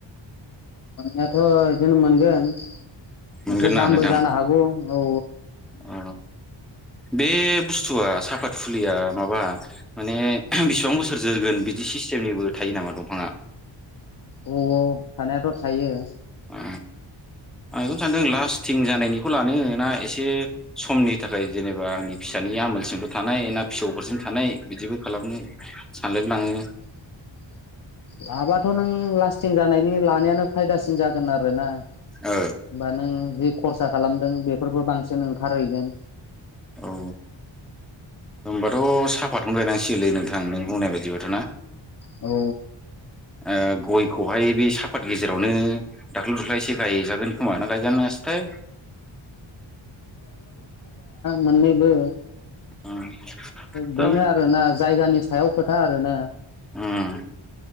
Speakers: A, on the left; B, in the centre.
A: मोननायाथ' बिदिनो मोनगोन
B: मोनगोन
A: एसे दामबो
B: ना नोंथां
A: जानो हागौ। औ औ
B: अ बे बुस्थुआ साफात फुलिया माबा माने बिसेबां बोसोर जोरगोन बिदि सिस्टेमनिबो थायो नामा दंफाङा?
A: औ औ थानायाथ' थायो।
B: अ आं बेखौनो सानदों लास्टथिं जानायनिखौ लानो ना एसे समनि थाखाय जेनेबा आंनि फिसानि आमोलजोंमल' थानाय ना फिसौफोरजों थानाय बिदिबो खालामनो सानलायबो लाङो
A: <inaudible> लाबाथ' नों लास्टिं जानायनि ला नायानो फायदासिन जागोन आरोना होमबा
B: औ
A: नों जि खरसा खालामदों बे फोरबो बांसिन ओंखारहैगोन।
B: औ होनबाथ' साहाफतखौनो गायनां सिगोनलै नोंथां नों बुंनाय बायदिबाथ' ना?
A: औ
B: अ गयखौहाय बे साफात गेजेरावनो दाख्लु दुख्ल एसे गायजागोन खोमा ना गायजानायासोथाय?
A: मोनैबो
B: उम
A: बेनो
B: दा
A: आरोना जायगानि सायाव खोथा आरो ना
B: ओम